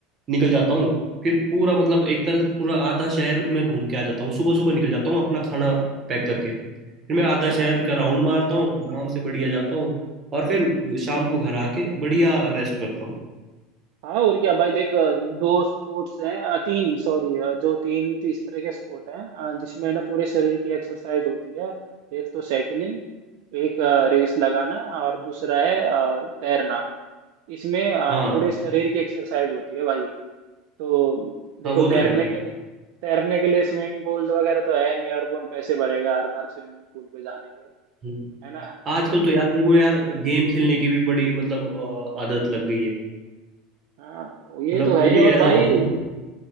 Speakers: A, on the right; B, on the right.
A: निकल जाता हूँ फिर पूरा मतलब एक तरह से पूरा आधा शहर में घूम के आ जाता हूँ सुबह सुबह निकल जाता हूँ अपना खाना पैक करके फिर मैं आधा
B: हाँ
A: शहर का राउंड मारता हूँ आराम से बढ़िया जाता हूँ और फिर शाम को घर आके बढ़िया रेस्ट करता हूँ
B: हाँ और क्या भाई देख अ, दो स्पोर्ट्स हैं अ, तीन सॉरी जो तीन इस तरह के स्पोर्ट हैं अ, जिसमें ना पूरे शरीर की एक्सरसाइज होती है एक तो साइकिलिंग एक रेस लगाना और दूसरा है अ, तैरना इसमें अ,
A: हाँ
B: पूरे शरीर की एक्सरसाइज होती है भाई तो देखो
A: हाँ वो
B: तैरने
A: तो है भाई
B: के लिए तैरने के लिए स्विमिंग पूल तो वगैरह तो है नहीं और कौन पैसे भरेगा हर बार स्विमिंग पूल पे जाने के
A: हम्म।
B: है ना
A: आजकल तो
B: तो
A: यार मेरे को यार गेम खेलने की भी बड़ी मतलब अ, आदत लग गई है
B: हाँ ये
A: मतलब
B: तो है
A: वो
B: ही
A: भी
B: और
A: एज
B: भाई
A: अ हॉबी